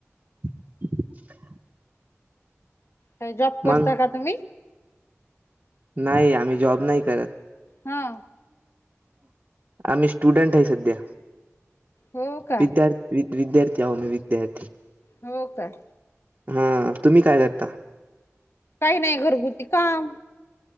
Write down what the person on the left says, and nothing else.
काय जॉब करता
का तुम्ही?
हा.
हो का
हो काय?
नाही घरगुती काम